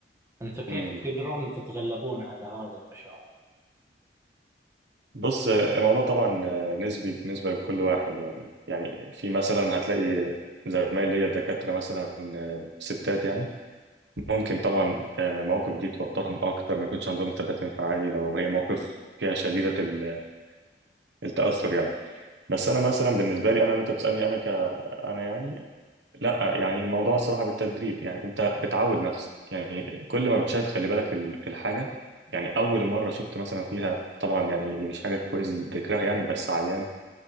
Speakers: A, on the right; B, on the right.
A: أنتوا كيف
B: امم
A: تقدرون تتغلبون على هذه المشاعر؟
B: بص آه، الموضوع طبعا آه، نسبي بالنسبه لكل واحد يعني يعني في مثلا هتلاقي زمايل ليا دكاتره مثلا آه، ستات يعني ممكن طبعا آه، مواقف دي توترهم اكتر ما يكونش عندهم ثبات انفعالي لو هي موقف فيها شديده ال- التاثر يعني بس انا مثلا بالنسبه لي انا وانت بتسالني انا ك انا يعني لا يعني الموضوع الصراحة بالتدريب يعني انت بتعود نفسك يعني كل ما بتشاهد خلي بالك ال- الحاجة يعني اول مرة شفت مثلا فيها طبعا يعني دي مش حاجة كويس ذكرها يعني بس عيان